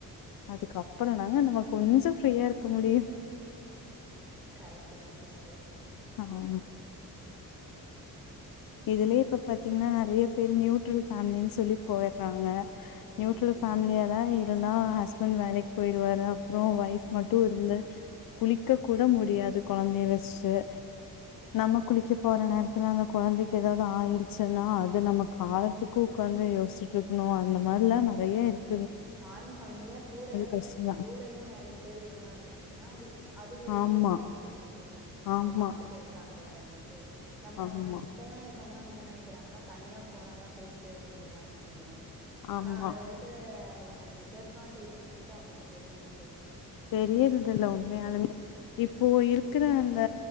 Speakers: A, on the left; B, in the centre.
A: அதுக்கப்புறோந்தாங்க
B: ம்
A: நம்ம கொஞ்சோ ஃப்ரீயா இரு க்க முடியு
B: கரெக்ட்டுதா சிஸ்டர்
A: ஆமா இதுலயே இப்ப பாத்தீங்கனா நெறய பேர் நியூட்ரல் ஃபேமிலினு சொல்லி போய்ர்றாங்க
B: ம்
A: நீயுட்ரல் ஃபேமிலியாதா இ ருந்தா ஹஸ்பண்ட் வேலைக் போய்ருவாரு அப்றோ ஒய்ஃப் மட்டு இருந்து குளிக்க கூட முடியாது கொழந்தைய வெச்சிட்டு
B: ஆமா
A: நம்ம குளிக்க போற நே ரத்துல கொழந்தைக்கு எதாவது ஆயிருச்சுன்னா அது நம்ம கால துக்கு உக்காந்து
B: ம்
A: யோஸ்சிட்ருக் இன்னோ அந்த மாரிலா நறைய்ய இருக்
B: ஜாய்ண்ட் ஃபேமிலியா கூடய
A: கஷ்டந்தா
B: கூடையு நறைய பேர் இருந்தாங்க அப்டின்னா அது அது ஒரு
A: ஆமா
B: இதுவா இருகோ உனக்கு இவங்க
A: ஆமா
B: பாத்துக்க இருக்காங்க ப்டின்ட்டு நம்ம
A: ஆமா
B: வந்து இப்பல்லா இருக்க கிறவங்கள்ளா என்ன நெனக்கிராங்கன்னா தனியா போனாதா பெஸ்ட்டு அப்டின்ற மாரி நெனக்கிறாங்க
A: ஆமா
B: ஆனா அதுல இருக்கிற உங்களுக்கான டிஸ்அட்வான்டேஜ் என்னன்டு அவங்களுக்கு தெரிய மாட்டெது
A: தெரியறதில்ல உண்மயாலுமே இப்போ இருக்கிற அந்த